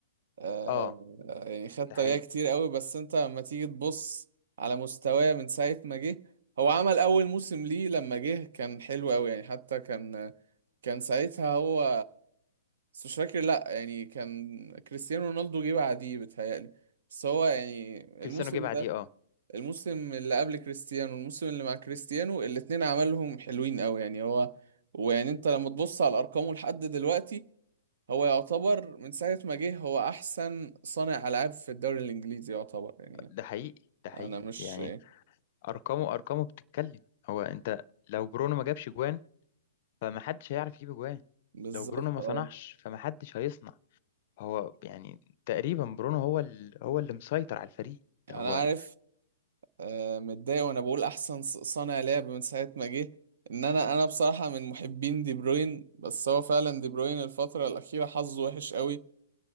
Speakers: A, on the right (about 65°); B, on the left (about 50°).
A: آه،
B: اه
A: يعني خد
B: ده
A: تريقة
B: حقيقي
A: كتير قوي بس انت لما تيجي تبص على مستواه من ساعة ما جه هو عمل اول موسم ليه لما جه كان حلو قوي يعني حتى كان كان ساعتها هو بس مش فاكر لا يعني كان كريستيانو رونالدو جه بعديه بتهيألي بس هو يعني
B: كريستيانو
A: الموسم
B: جه بعديه
A: ده
B: اه
A: الموسم اللي قبل كريستيانو والموسم اللي مع كريستيانو الاتنين عملهم حلوين قوي يعني هو ويعني انت لما تبص على ارقامه لحد دلوقتي هو يعتبر من ساعة ما جه هو احسن صانع العاب في الدوري الانجليزي يعتبر يعني
B: ده حقيقي ده حقيقي
A: انا مش
B: يعني ارقامه ارقامه بتتكلم هو انت لو برونو ما جابش جوان فمحدش هيعرف يجيب جوان
A: بالظبط
B: لو برونو ما
A: اه
B: صنعش فمحدش هيصنع هو يعني تقريبا برونو هو ال... هو اللي مسيطر على الفريق
A: انا
B: هو
A: عارف آه، متضايق وانا بقول احسن ص- صانع لعب من ساعه ما جه ان انا انا بصراحه من محبين دي بروين بس هو فعلا دي بروين الفتره الاخيره حظه وحش قوي